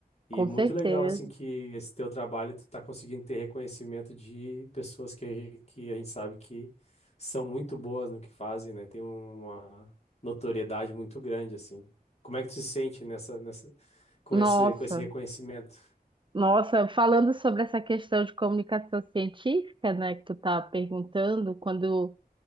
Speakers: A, on the left; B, on the right.
A: E
B: Com
A: muito
B: certeza.
A: legal, assim, que esse teu trabalho tu tá conseguindo ter reconhecimento de pessoas que, que a gente sabe que são muito boas no que fazem, né? Tem uma notoriedade muito grande, assim. Como é que tu se sente nessa, nessa, com
B: Nossa,
A: esse, com esse reconhecimento?
B: nossa, falando sobre essa questão de comunicação científica, né, que tu tá perguntando, quando